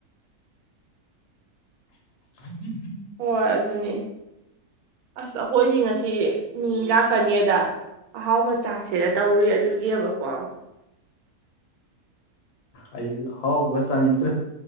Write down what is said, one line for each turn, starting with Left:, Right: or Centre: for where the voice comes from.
Left: <unintelligible>
Right: ꯍ ꯑꯖꯅꯤ ꯑꯁ ꯑꯩꯈꯣꯏꯗꯤ ꯉꯁꯤ ꯃꯤ ꯂꯥꯛꯀꯅꯤꯗ ꯑꯍꯥꯎꯕ ꯆꯁꯤꯦꯅ ꯇꯧꯔꯤ ꯑꯗꯨꯒꯤꯕꯀꯣ
Left: ꯑꯩ ꯍꯥꯎꯕꯒ ꯆꯅꯤꯗ꯭ꯔ